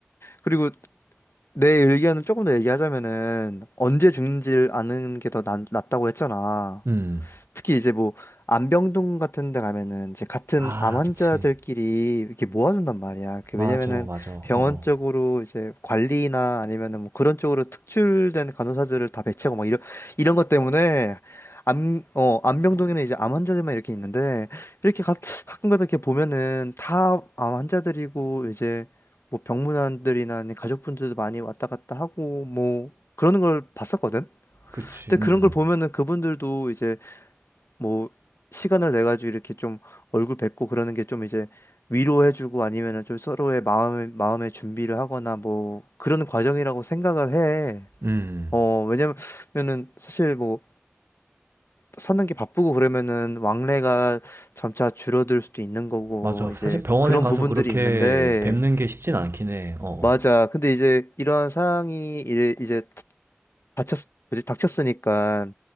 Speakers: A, on the left; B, on the right.
A: 그리고 내 의견을 조금 더 얘기하자면은 언제 죽는지를 아는 게 더 낫다고 했잖아.
B: 음.
A: 특히 이제 뭐 안병동 같은 데 가면은 이제 같은
B: 아,
A: 암 환자들끼리
B: 그치.
A: 이렇게 모아준단 말이야. 그
B: 맞아,
A: 왜냐면은
B: 맞아. 어,
A: 병원
B: 어.
A: 쪽으로 이제 관리나 아니면은 뭐 그런 쪽으로 특출된 간호사들을 다 배치하고 막 이런 이런 것 때문에 암, 어, 안병동에는 이제 암 환자들만 이렇게 있는데 이렇게 가, 가끔가다 이렇게 보면은 다 암 환자들이고 이제 뭐 병문안들이나 아니면 가족분들도 많이 왔다 갔다 하고 뭐 그러는 걸 봤었거든.
B: 그치.
A: 근데
B: 음.
A: 그런 걸 보면은 그분들도 이제 뭐 시간을 내 가지고 이렇게 좀 얼굴 뵙고 그러는 게 좀 이제 위로해주고 아니면은 좀 서로의 마음의 마음의 준비를 하거나 뭐 그런 과정이라고 생각을 해.
B: 음. 음.
A: 어, 왜냐면은 사실 뭐 사는 게 바쁘고 그러면은 왕래가 점차 줄어들 수도 있는 거고
B: 맞아.
A: 이제
B: 사실 병원에
A: 그런
B: 가서
A: 부분들이
B: 그렇게
A: 있는데
B: 뵙는 게 쉽진 않긴 해. 어.
A: 맞아.
B: 어.
A: 근데 이제 이러한 상황이 일- 이제 다쳤, 뭐지, 닥쳤으니까